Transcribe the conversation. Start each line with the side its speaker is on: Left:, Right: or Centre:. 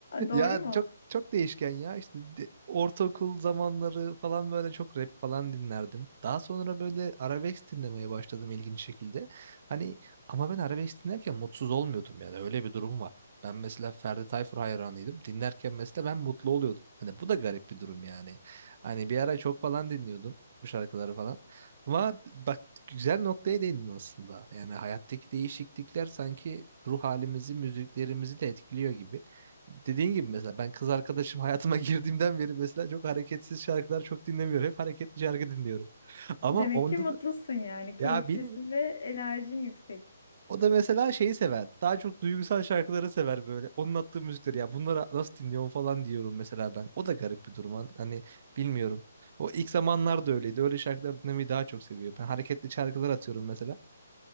Left: Doğru
Right: Ya
Left: mu?
Right: çok çok değişken ya işte de- ortaokul zamanları falan böyle çok rap falan dinlerdim. Daha sonra böyle arabesk dinlemeye başladım ilginç şekilde. Hani ama ben arabesk dinlerken mutsuz olmuyordum yani öyle bir durum var. Ben mesela Ferdi Tayfur hayranıydım. Dinlerken mesela ben mutlu oluyordum. Hani bu da garip bir durum yani. Hani bir ara çok falan dinliyordum bu şarkıları falan. Ama bak güzel noktaya değindin aslında. Yani hayattaki değişiklikler sanki ruh halimizi, müziklerimizi de etkiliyor gibi. Dediğin gibi mesela ben kız arkadaşım hayatıma <laughs> girdiğimden beri mesela çok hareketsiz şarkılar çok dinlemiyorum. Hep hareketli şarkı dinliyorum. <laughs> Ama
Left: Demek
Right: onda
Left: ki mutlusun
Right: da,
Left: yani, keyiflisin
Right: ya bilmiyorum.
Left: ve enerjin yüksek.
Right: O da mesela şeyi sever. Daha çok duygusal şarkıları sever böyle. Onun attığı müzikleri ya bunlara nasıl dinliyorum falan diyorum mesela ben. O da garip bir durum. Hani hani bilmiyorum. O ilk zamanlar da öyleydi. Öyle şarkıları dinlemeyi daha çok seviyor. Ben hareketli şarkılar atıyorum mesela.